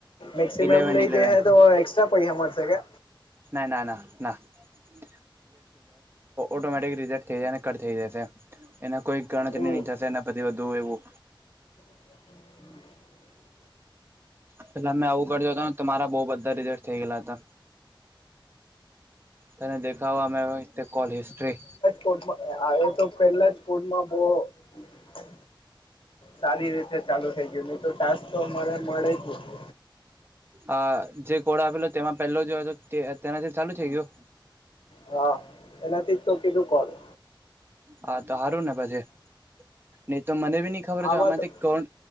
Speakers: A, on the left (about 90°); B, on the right (about 25°).
A: Maximum
B: eleven
A: લઈ
B: ઇલેવન
A: જઈ હ તો એક્સ્ટ્રા પૈસા મળશે કે,
B: ના. ના. ના. ના. <unintelligible> ઓટોમેટિક રિઝલ્ટ થઈ જાય અને કટ થઈ જશે. એના કોઈ કરણચની
A: એવું
B: <unintelligible> ને થાશે પછી વધુ એવું.
A: હમ <unintelligible>
B: પહેલા મેં આવું કર્યું હતું ને મારા બહુ બધા રિઝલ્ટ થઇ ગયલા હતા. તને, દેખાવામે તે કોલ હિસ્ટ્રી-
A: કોડમા આયો તો પેલા જ કોડમાં બ- સારી રીતે ચાલુ થઈ ગયું, નહી તો ટાસ્ક તો મને મળે જ ની-
B: આ જે, કોડ આપેલો, તેમાં પહેલો જે હતો તે તેનાથી ચાલુ થઈ ગયું?
A: હા, એનાથી જ તો કીધું કર-
B: હા, તો હારું ને પછી, નહી તો મને બી નઈ ખબર
A: આમાં
B: કે આમાંથી
A: તો
B: કોણ?